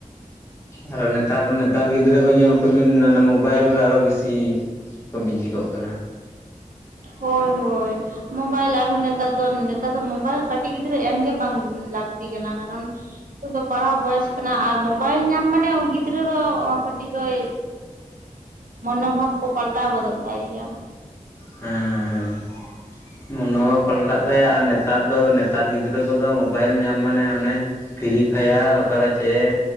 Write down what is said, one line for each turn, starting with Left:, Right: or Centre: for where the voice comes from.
Left: ᱟᱨᱚ ᱱᱮᱛᱟᱨ ᱱᱮᱛᱟᱨ ᱜᱤᱫᱽᱨᱟᱹ ᱠᱚ ᱧᱮᱞ ᱠᱚᱵᱤᱱ ᱚᱱᱟ ᱢᱳᱵᱟᱭᱤᱞ ᱨᱮ ᱟᱨᱚ ᱵᱮᱥᱤ ᱾ ᱠᱚ ᱵᱤᱡᱤ ᱠᱚᱜ ᱠᱟᱱᱟ,
Right: ᱦᱳᱭ ᱦᱳᱭ, ᱢᱳᱵᱟᱭᱤᱞ ᱟᱨ ᱦᱚᱸ ᱱᱮᱛᱟᱨ ᱫᱚ ᱱᱮᱛᱟᱨ ᱫᱚ ᱢᱳᱵᱟᱭᱤᱞ ᱠᱟᱹᱴᱤᱡ ᱜᱤᱫᱽᱨᱟᱹ ᱮᱢ ᱜᱮ ᱵᱟᱝ ᱞᱟᱹᱠᱛᱤ ᱠᱟᱱᱟ᱾ ᱠᱟᱨᱚᱱᱺ ᱱᱤᱛ ᱫᱚ ᱯᱟᱲᱦᱟᱣ ᱵᱚᱭᱮᱥ ᱠᱟᱱᱟ᱾ ᱟᱨ ᱢᱳᱵᱟᱭᱤᱞ ᱧᱟᱢ ᱢᱟᱱᱮ ᱜᱤᱫᱽᱨᱟᱹ ᱫᱚ ᱠᱟᱹᱴᱤᱡ ᱫᱚᱭ ᱢᱚᱱᱳ ᱵᱷᱟᱵ ᱠᱚ ᱯᱟᱞᱴᱟᱣ ᱜᱚᱫᱚᱜ ᱛᱟᱭᱜᱮᱭᱟ᱾
Left: ᱦᱮᱸᱻ ᱢᱚᱱᱚᱵᱷᱟᱵ ᱦᱚᱸ ᱯᱟᱞᱴᱟᱜ ᱛᱟᱭᱟ ᱟᱨ ᱱᱮᱛᱟᱨ ᱫᱚ ᱱᱮᱛᱟᱨ ᱜᱤᱫᱽᱨᱟᱹ ᱠᱚᱫᱚ ᱢᱳᱵᱟᱭᱤᱞ ᱧᱟᱢ ᱢᱟᱱᱮ ᱚᱱᱮ ᱯᱷᱨᱤ ᱯᱷᱟᱭᱟᱨ ᱚᱠᱟ ᱨᱮ ᱪᱮᱫ